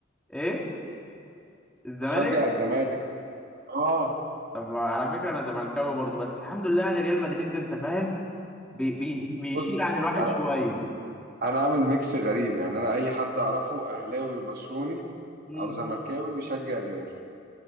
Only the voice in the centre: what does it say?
ايه الزمالك
طب على فكرة أنا زملكاوي برضو بس الحمد لله يعني ريال مدريد أنت فاهم بي بي بيشيل
عن الواحد
شوية
مم.